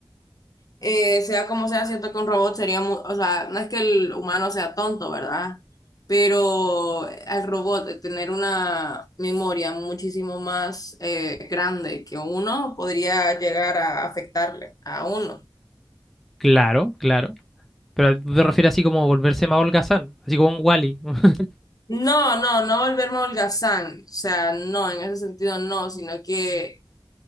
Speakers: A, on the left; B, in the centre.
A: eh, sea como sea, siento que un robot sería, mu- o sea, no es que el humano sea tonto, ¿verdad? Pero al robot de tener una memoria muchísimo más eh, grande que uno podría llegar a afectarle a uno.
B: Claro, claro. Pero tú te refieres así como volverse más holgazán, así como un Wally. <laughs>
A: No, no, no volverme holgazán, o sea, no, en ese sentido no, sino que,